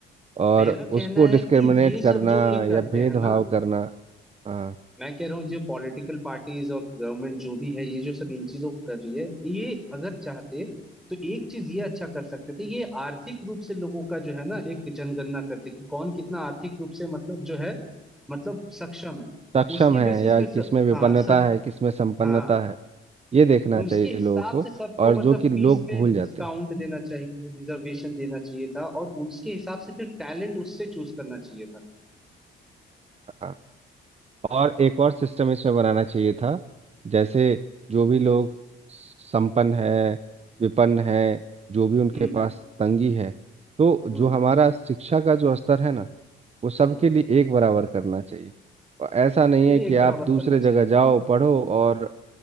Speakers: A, on the right; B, in the centre.
A: और
B: मेरा कहना
A: उसको
B: है
A: डिस्क्रिमिनेट
B: कि ये
A: करना
B: सब जो ये
A: या
B: करते
A: भेदभाव
B: हैं ना
A: करना हाँ
B: मैं कह रहा हूँ जो पॉलिटिकल पार्टीज और गवर्नमेंट जो भी है ये जो सब इन चीजों को कर रही है ये अगर चाहते तो एक चीज ये अच्छा कर सकते थे ये आर्थिक रूप से लोगों का जो है ना एक जनगणना करते कि कौन कितना आर्थिक रूप से मतलब जो है मतलब सक्षम है
A: सक्षम
B: उसके
A: है
B: बेसिस
A: या
B: पे
A: किसमें
B: स,
A: विपन्नता
B: हाँ सब
A: है किसमें संपन्नता
B: हाँ
A: है ये देखना
B: उसके
A: चाहिए
B: हिसाब
A: लोगों
B: से
A: को
B: सबको
A: और
B: मतलब
A: जो कि
B: फीस
A: लोग
B: में
A: भूल
B: डिस्काउंट
A: जाते हैं
B: देना चाहिए रिजर्वेशन देना चाहिए था और उसके हिसाब से फिर टैलेंट उससे चूज करना चाहिए था
A: हाँ और एक और सिस्टम इसमें बनाना चाहिए था जैसे जो भी लोग संपन्न है विपन्न है जो भी उनके
B: हम्म
A: पास तंगी है तो जो
B: हम्म
A: हमारा शिक्षा का जो स्तर है ना वो सबके
B: हम्म
A: लिए एक बराबर करना चाहिए और ऐसा नहीं
B: के
A: है
B: लिए
A: कि
B: एक बराबर
A: आप दूसरे
B: करना
A: जगह
B: चाहिए
A: जाओ
B: हाँ
A: पढ़ो और